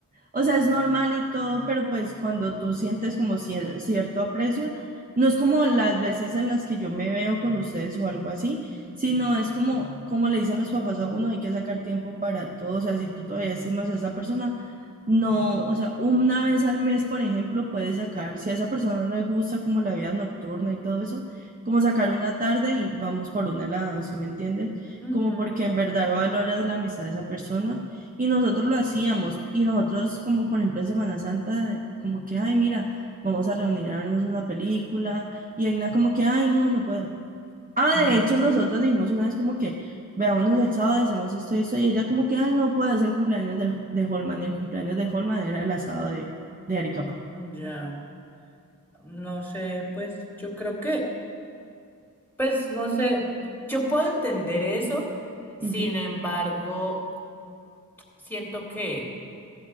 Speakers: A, on the right (about 25°); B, in the centre.
A: O sea, es normal y todo, pero pues cuando tú sientes como cier- cierto aprecio, no es como las veces en las que yo me veo con ustedes o algo así, sino es como, como le dicen los papás a uno, hay que sacar tiempo para todo. O sea, si tú todavía estimas a esa persona, no, o sea, una vez al mes, por ejemplo, puedes sacar, si a esa persona no le gusta como la vida nocturna y todo eso, como sacar una tarde y vamos por un helado, ¿sí me entiendes?
B: Ujú.
A: Como porque en verdad valoras la amistad de esa persona y nosotros lo hacíamos, y nosotros como por ejemplo en Semana Santa, como que, ay, mira, vamos a reunir a vernos una película, y Egna como que, ay, no, no puedo. Ah,
B: <clears throat>
A: de hecho nosotros dijimos una vez como que, veámonos el sábado, hacemos esto, esto, y ella como que, ay, no puedo hacer el cumpleaños del, de Holman, y el cumpleaños de Holman era el asado de, de Aricapa.
B: Ya, no sé, pues yo creo que... Pues no sé, yo puedo entender eso, sin
A: Ujú.
B: embargo, siento que,